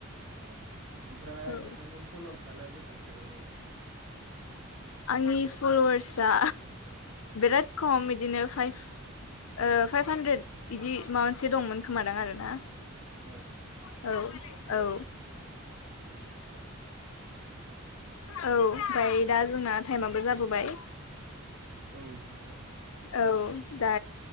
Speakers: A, on the right; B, on the left.
A: अ ओमफ्राय
B: औ
A: नोंथांनि फलरसलाय बेसेबांसो ओरैनो?
B: आंनि फल'वार्सआ बिराद खम बिदिनो फाइभ ओ फाइभ हानद्रेद बिदि मा मोनसे दंमोन खोमादां आरोना।
A: औ।
B: औ औ।
A: आतसा आतसा।
B: औ ओमफाय दा जोंना टाइमाबो जाबोबाय
A: औ नोंथां
B: औ दा